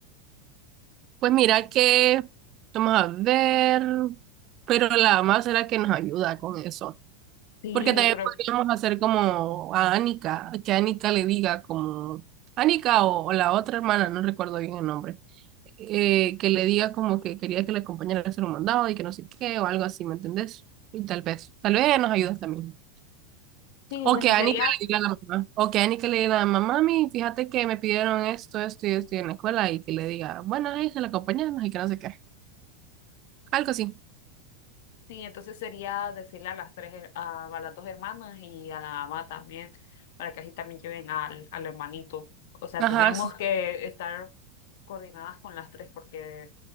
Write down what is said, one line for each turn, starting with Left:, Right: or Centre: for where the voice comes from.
Right: Pues mira que, vamos a ver, pero la mamá será que nos ayuda con eso.
Left: Sí,
Right: Porque también
Left: yo creo
Right: podríamos
Left: que
Right: hacer como a Anika, que Anika le diga como, Anika o, o la otra hermana, no recuerdo bien el nombre, eh, que le diga como que quería que la acompañara a hacer un mandado y que no sé qué o algo así, ¿me entendés? Y tal vez, tal vez ella nos ayudas también.
Left: sí,
Right: O
Left: bueno,
Right: que Anika
Left: sería.
Right: le diga a la mamá, o que Anika le diga a la mamá, mami, fíjate que me pidieron esto, esto y esto en la escuela y que le diga, bueno, ahí se la acompañamos y que no sé qué. Algo así.
Left: Sí, entonces sería decirle a las tres, her- a, a las dos hermanas y a la mamá también, para que así también lleven al, al hermanito. O sea,
Right: Ajá,
Left: tendríamos
Right: sí.
Left: que estar coordinadas con las tres, porque